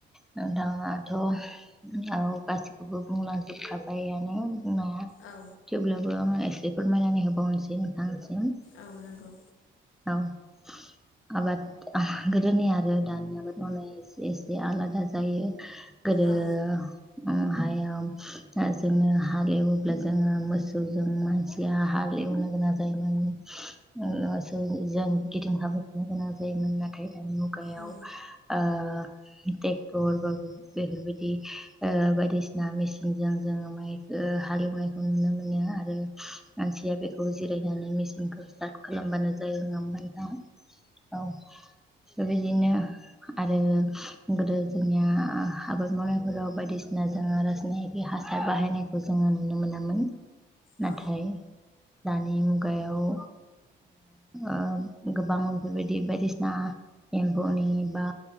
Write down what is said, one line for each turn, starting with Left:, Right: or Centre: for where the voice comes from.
Centre: नोंथाङाथ' औ गासिखौबो बुंलांजोबखाबायानो बुंनाया
Left: औ
Centre: थेवब्लाबो आं एसे फोरमायनानै होबावनोसै नोंथांसिम
Left: औ नंगौ
Centre: औ आबाद गोदोनि आरो दानि आबाद मावनाया एसे एसे आलादा जायो। गोदो
Left: औ
Centre: उम हायाव जोङो हालेवोब्ला जोङो मोसौजों मानसिया हा गोनां जायोमोन मोसौजों गिदिंफाबाय थानो गोनां जायोमोन नाथाय मुगायाव
Left: औ
Centre: ओ ट्रेक्टर बा बेफोर बायदि‌ ओ बायदिसिना मेसिनजों जोङो माइ हालेवनायखौ नुनो मोनो आरो मानसिया बेखौ जिरायनानै मेसिनखौ स्टार्ट खालामबानो जायो नङा होनबा नोंथां औ बेबायदिनो आरो गोदो जोंनिया आबाद मावनाय बायदिसिना जोङो रासायनारि हासार बाहायनायखौ जोङो नुनो मोनामोन। नाथाय
Left: औ
Centre: दानि मुगायाव ओ ओ गोबां बेफोरबायदि बायदिसिना एम्फौनि बा